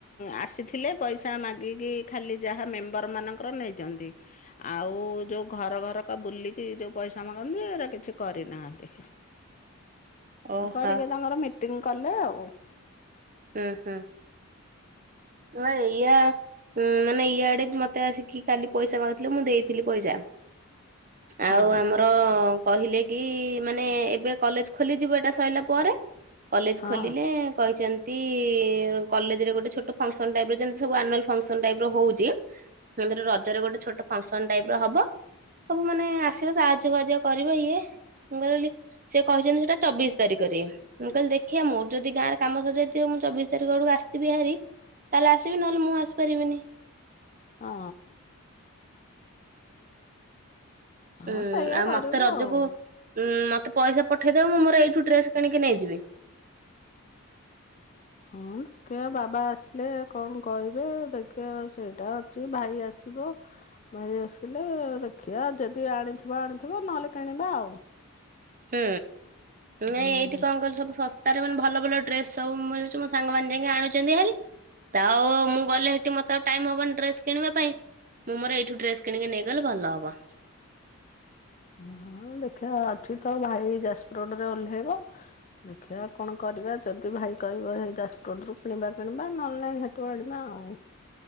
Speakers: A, on the left (about 35°); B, on the right (about 35°).
A: ଆସିଥିଲେ ପଇସା ମାଗିକି ଖାଲି ଯାହା ମେମ୍ବର ମାନଙ୍କର ନେଇଛନ୍ତି ଆଉ ଯୋଉ ଘର ଘରକା ବୁଲିକି ଯଉ ପଇସା ମାଗନ୍ତି ଏରା କିଛି କରିନାହାନ୍ତି।
B: ଓହୋ।
A: ଆଉ କରିବେ ତମର ମି ମିଟିଂ କଲେ ଆଉ।
B: ହୁଁ ହୁଁ ନା ଏୟା ଉଁ ମାନେ ଇଆଡେ ବି ମତେ ଆସିକି କାଲି ପଇସା ମାଗୁଥିଲେ ମୁଁ ଦେଇ ଥିଲି ପଇସା
A: ହଁ
B: ଆଉ ଆମର କହିଲେ କି ମାନେ ଏବେ କଲେଜ ଖୋଲିଯିବ ଏଇଟା ସଇଲା ପରେ। କଲେଜ
A: ହଁ
B: ଖୋଲିଲେ କହିଛନ୍ତି <unintelligible> କଲେଜରେ ଗୋଟେ ଛୋଟ ଫଙ୍କସନ୍ ଟାଇପର ଯେମିତି ସବୁ ଆନୁଆଲ ଫଙ୍କସନ ଟାଇପ ର ହଉଛି ରଜରେ ଗୋଟେ ଛୋଟ ଫଙ୍କସନ ଟାଇପ ର ହବ ସବୁ ମାନେ ଆସିବ ସାହାଯ୍ୟ ସାହାଯ୍ୟ କରିବ ଇଏ ମୁଁ କହିଲି ସେ କହିଛନ୍ତି ସେଟା ଚବିଶ ତାରିଖରେ ମୁଁ କହିଲି ଦେଖିଆ ମୋର ଯଦି ଗାଁରେ କାମ ସରି ଯାଇଥି ମୁଁ ଚବିଶ ତାରିଖ ବେଳକୁ ଆସିଥିବି ହାରି ତାହେଲେ ଆସିବି ନହେଲେ ମୁଁ ଆସିପାରିବିନି।
A: ହଁ। ହଁ
B: ଉଁ
A: ସେଇଆ
B: ଆଉ
A: କରିବୁ
B: ମତେ ରଜକୁ
A: ଆଉ।
B: ଉଁ ମତେ ପଇସା ପଠେଇଦବ ମୁଁ ମୋର ଏଇଠୁ ଡ୍ରେସ କିଣିକି ନେଇଯିବି।
A: ହଁ ଦେଖିବା ବାବା ଆସିଲେ କଣ କହିବେ ଦେଖିବା ସେଇଟା ଅଛି ଭାଇ ଆସିବ ଭାଇ ଆସିଲେ ଦେଖିବା ଯଦି ଆଣିଥିବ ଆଣିଥିବ ନହେଲେ କିଣିବା ଆଉ।
B: ହୁଁ ନାଇଁ
A: ହୁଁ
B: ଏଇଠି କଣ କହିଲ ସବୁ ଶସ୍ ତାର ମାନେ ଭଲ ଭଲ ଡ୍ରେସ ସବୁ ମିଳୁଛି ମୋ ସାଙ୍ଗମାନେ ଯାଇକି ଆଣୁଛନ୍ତି ହେରି। ତ ଆଉ ମୁଁ ଗଲେ ମତେ ଆଉ ଟାଇମ ହବନି ଡ୍ରେସ କିଣିବା ପାଇଁ ମୁଁ ମୋର ଏଇଠୁ ଡ୍ରେସ କିଣିକି ନେଇଗଲେ ଭଲ ହବ।
A: ହଁ ଦେଖିବା ଅଛି ତ ଭାଇ ଯାଜପୁର ରୋଡରେ ଓହ୍ଲେଇବ ଦେଖିବା କଣ କରିବା ଯଦି ଭାଇ କହିବ ଯାଜପୁର ରୁ କିଣିବା କିଣିବା ନହେଲେ ନାହିଁ ସେଠୁ ଆଣିବା ଆଉ।